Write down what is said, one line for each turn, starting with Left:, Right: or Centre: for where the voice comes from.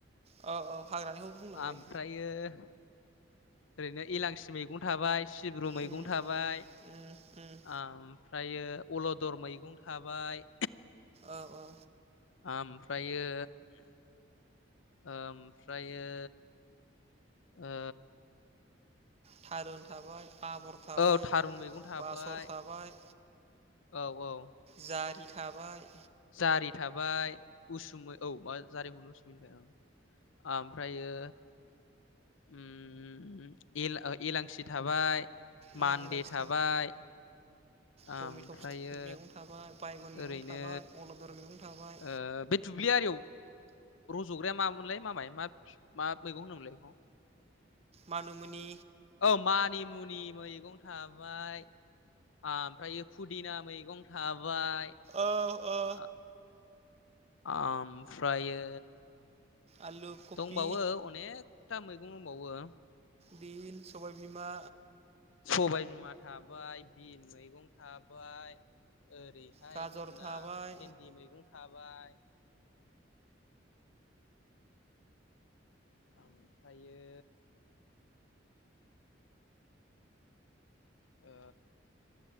Right: औ हाग्रानिखौ बुंलां
Left: आमफ्रायो।
Right: दे
Left: ओरैनो इलांसि मैगं थाबाय। सिब्रु मैगं
Right: उम
Left: थाबाय
Right: उम उम
Left: आमफ्रायो। अलदर मैगं थाबाय।
Right: औ औ।
Left: ओमफ्रायो ओमफ्रायो। ओ।
Right: थारुन थाबाय आबर थाबाय
Left: औ थारुन मैगं थाबाय
Right: बासर थाबाय।
Left: औ औ।
Right: जारि थाबाय।
Left: जारि थाबाय उसुमै औ मा जारिखौनो उसुमै होनबाय औ। ओमफ्रायो। उम एला ओ एलांसि थाबाय।
Right: उम
Left: मान्दे
Right: इलाइसि
Left: थाबाय। आमफ्रायो
Right: टमेट' फिथाइ मैगं थाबाय बायगन मैगं
Left: ओरैनो
Right: थाबाय अलदर मैगं थाबाय
Left: ओ बे दु दुब्लि आरियाव रज'ग्राया मामोनलाय मामाय मा मा मैगं होनदोंमोनलाय बेखौ।
Right: मानु मुनि।
Left: औ मानि मुनि मैगं थाबाय। ओमफ्राय फुदिना मैगं थाब बाय
Right: औ औ
Left: आ आमफ्रायो।
Right: आलु कफि
Left: दंबावो अनेकथा मैगं दंबावो।
Right: बिन सबाय बिमा।
Left: सबाय बिमा थाबाय बिन मैगं थाबाय। ओरैहाय
Right: गाजर
Left: ओ जोंना
Right: थाबाय
Left: भेन्दि मैगं थाबाय। ओमफ्रायो ओ